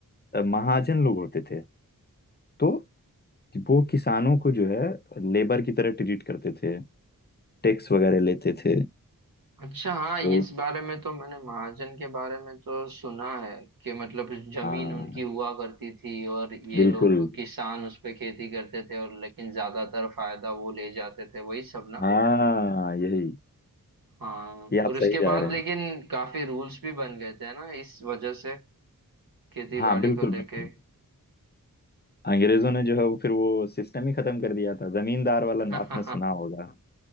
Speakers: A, on the left (about 30°); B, on the right (about 75°).
A: महाजन लोग होते थे तो वो किसानों को जो है लेबर की तरह ट्रीट करते थे टैक्स वगैरह लेते थे
B: अच्छा हाँ
A: तो
B: इस बारे में तो मैंने महाजन के बारे में तो सुना है कि मतलब जमीन
A: हाँ
B: उनकी हुआ करती थी और ये
A: बिल्कुल
B: लोग किसान उस पे खेती करते थे और लेकिन ज्यादातर फायदा वो ले जाते थे वही सब ना
A: हाँ यही
B: हाँ
A: ये आप
B: और उसके
A: सही जा
B: बाद
A: रहे हैं
B: लेकिन काफी रूल्स भी बन गए थे ना इस वजह से खेती
A: हाँ
B: बाड़ी
A: बिल्कुल
B: को लेके
A: बिल्कुल अंग्रेजों ने जो है वो फिर वो सिस्टम ही खत्म कर दिया था जमींदार वाला
B: <laughs>
A: ना- आपने सुना होगा